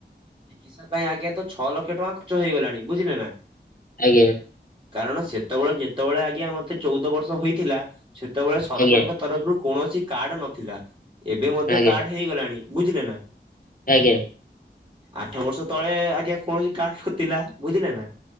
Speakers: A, on the right; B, on the left.
A: ଚିକିତ୍ସା ପାଇଁ ଆଜ୍ଞା ତ ଛଅ ଲକ୍ଷ ଟଙ୍କା ଖର୍ଚ୍ଚ ହେଇଗଲାଣି। ବୁଝିଲେ ନାଁ?
B: ଆଜ୍ଞା
A: କାରଣ ସେତବେଳେ ଯେତବେଳେ ଆଜ୍ଞା ମତେ ଚୋଉଦ ବର୍ଷ ହେଇଥିଲା ସେତବେଳେ ସରକାରଙ୍କ
B: ଆଜ୍ଞା
A: ତରଫରୁ କୌଣସି କାର୍ଡ଼୍ ନଥିଲା। ଏବେ ମଧ୍ୟ
B: ଆଜ୍ଞା
A: କାର୍ଡ଼୍ ହେଇଗଲାଣି। ବୁଝିଲେ ନାଁ?
B: ଆଜ୍ଞା।
A: ଆଠ ବର୍ଷ ତଳେ ଆଜ୍ଞା କୌଣସି କାର୍ଡ ନଥିଲା ବୁଝିଲେ ନା?